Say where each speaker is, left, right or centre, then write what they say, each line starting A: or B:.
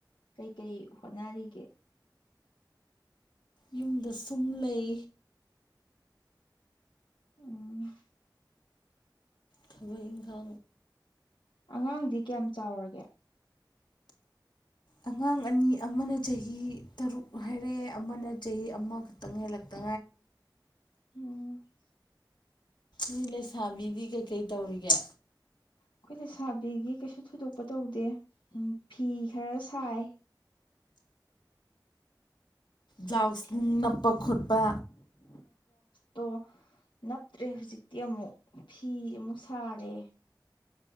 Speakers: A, on the left; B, on the left.
A: ꯀꯩ ꯀꯩ ꯍꯣꯠꯅꯔꯤꯒꯦ
B: ꯌꯨꯝꯗ ꯁꯨꯝ ꯂꯩ
A: ꯎꯝ
B: ꯊꯕ ꯏꯪꯈ
A: ꯑꯉꯥꯡꯗꯤ ꯀꯌꯥꯝ ꯆꯥꯎꯔꯒꯦ
B: ꯑꯉꯥꯡ ꯑꯅꯤ ꯑꯃꯅ ꯆꯍꯤ ꯇꯔꯨꯛ ꯍꯥꯏꯔꯛꯑꯦ ꯑꯃꯅ ꯆꯍꯤ ꯑꯃꯈꯛꯇꯪ ꯍꯦꯜꯂꯛꯇꯕ
A: ꯑꯣ
B: ꯃꯤ ꯂꯩꯁꯥꯕꯤꯗꯤ ꯀꯩꯀꯩ ꯇꯧꯔꯤꯒꯦ
A: ꯑꯩꯈꯣꯏ ꯂꯩ ꯁꯥꯕꯤꯒꯤ ꯀꯩꯁꯨ ꯊꯣꯏꯗꯣꯛꯄ ꯇꯧꯗꯦ ꯎ ꯐꯤ ꯈꯔ ꯁꯥꯏ
B: ꯖꯥꯎꯁ
A: ꯐꯤ
B: ꯅꯨꯡ ꯅꯞꯄ ꯈꯣꯠꯄ
A: ꯇꯣ ꯅꯞꯇ꯭ꯔꯦ ꯍꯧꯖꯤꯛꯇꯤ ꯑꯃꯨꯛ ꯐꯤ ꯑꯃꯨꯛ ꯁꯥꯔꯦ